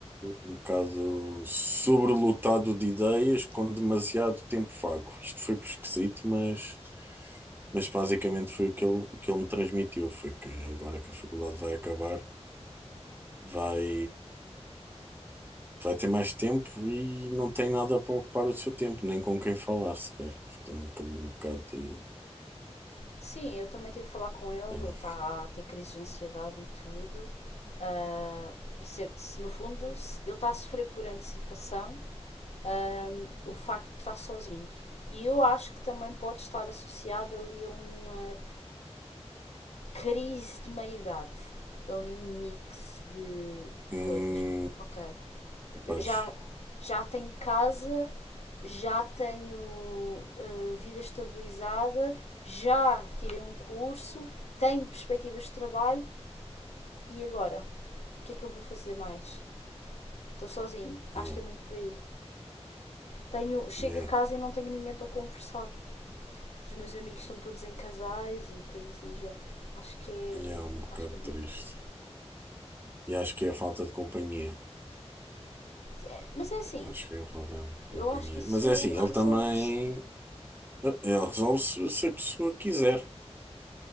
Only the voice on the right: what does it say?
um bocado sobrelotado de ideias, com demasiado tempo vago. Isto foi esquisito, mas, mas basicamente foi o que ele, o que ele me transmitiu, foi que agora que a faculdade vai acabar, vai, vai ter mais tempo e não tem nada para ocupar o seu tempo, nem com quem falar sequer. Tem um bocado, um bocado de
pena.
Hum,
capaz.
Yeah,
yeah.
E é um bocado
triste.
E acho que é a falta de companhia.
Acho que é a falta de companhia.
Mas é assim,
ele também ele resolve se, se a pessoa quiser.